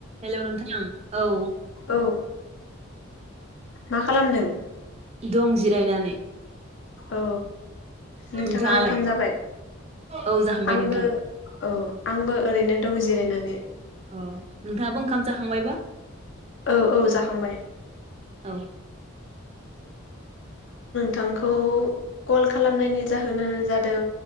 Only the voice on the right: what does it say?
हेलौ नोंथां औ
दं जिरायनानै
नोंथाङालाय
औ जाखांबाय
नोंथां
अ नोंथाङाबो ओंखाम जाखांबायबा
औ